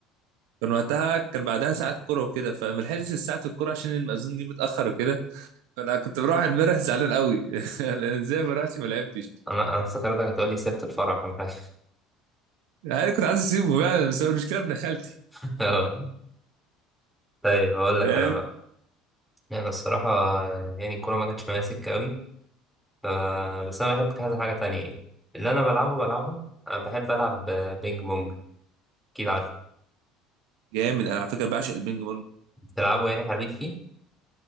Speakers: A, on the right; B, in the centre.
A: كان وقتها كان بعدها ساعه كوره وكده فما لحقتش ساعه الكوره عشان المأذون جه متاخر وكده فانا كنت بروح امبارح زعلان قوي <laughs> أنا ازاي ما رحتش ما لعبتش
B: أنا أنا افتكرتك هتقول لي سبت الفرح ولا حاجة
A: انا كنت عايز اسيبه فعلا بس هو المشكله ابن خالتي
B: <laughs> أه طيب أقول لك
A: فاهم
B: أنا بقى أنا الصراحة آه، يعني الكورة ما جاتش معايا سكة أوي ف- بس أنا بحب كذا حاجة تانية يعني اللي أنا بلعبه بلعبه أنا بحب ألعب آه، بينج بونج أكيد
A: جامد انا على فكره بعشق البينج
B: تلعبوا يعني حريف فيه